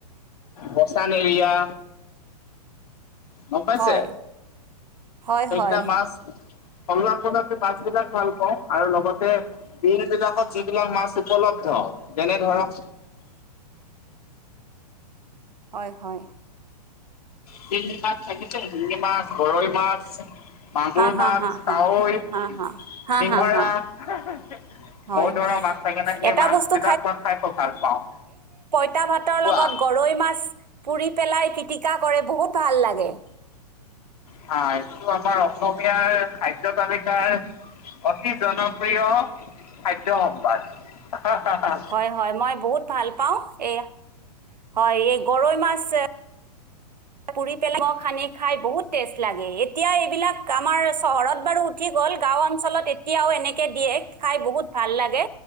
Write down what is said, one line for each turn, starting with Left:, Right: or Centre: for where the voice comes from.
Left: বচান এৰিয়া। গ'ম পাইছে,
Right: হয় হয়
Left: সেইকেইটা
Right: হয়
Left: মাছ থলুৱা প্ৰজাতিৰ মাছ বিলাক ভাল পাওঁ আৰু লগতে- বিল-বিলাকত যিবিলাক মাছ উপলব্ধ, যেনে ধৰক
Right: হয়-হয়।
Left: শিঙি মাছ থাকেতো শিঙি মাছ, গৈৰৈ মাছ - মাগুৰ
Right: হা হা
Left: মাছ,
Right: হা
Left: কাৰৈ,
Right: হা হা হা হা
Left: খিঙৰা-
Right: হা হা
Left: বহুত
Right: হয়
Left: ধৰণৰ মাছ থাকে ন' সেই
Right: এটা
Left: মাছ
Right: বস্তু
Left: বিলাক মই খাই খুব ভাল পাওঁ।
Right: পইতা ভাতৰ
Left: কোৱা
Right: লগত গৰৈ মাছ পুৰি পেলাই পিটিকা কৰে বহুত ভাল লাগে।
Left: হাঁ, এইটো আমাৰ অসমীয়াৰ কাৰাদ্য তালিকাৰ অতি জনপ্ৰিয় খাদ্য সম্ভাৰ। হা হা হা।
Right: হয় হয় মই বহুত পাওঁ এই হয় এই গৰৈ মাছ এ, পুৰি পেলাই ম সানি খাই বহুত টেষ্ট লাগে এতিয়া এইবিলাক আমাৰ চহৰত বাৰু, উঠি গ হ'ল গাঁও অঞ্চলত এতিয়াও এনেকে দিয়ে খাই বহুত ভাল লাগে।